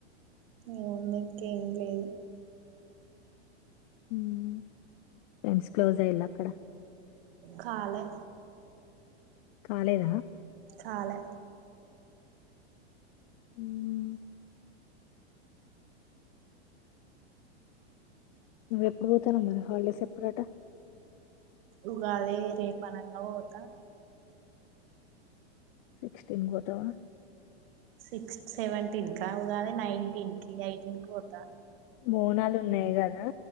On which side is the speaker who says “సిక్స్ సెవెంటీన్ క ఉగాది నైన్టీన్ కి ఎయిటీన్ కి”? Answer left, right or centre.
Right